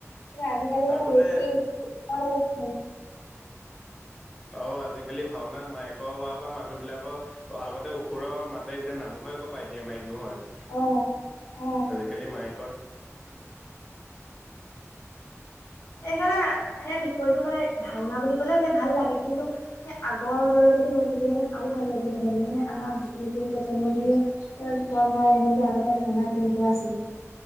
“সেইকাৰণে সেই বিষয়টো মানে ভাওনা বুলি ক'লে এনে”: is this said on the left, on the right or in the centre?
Left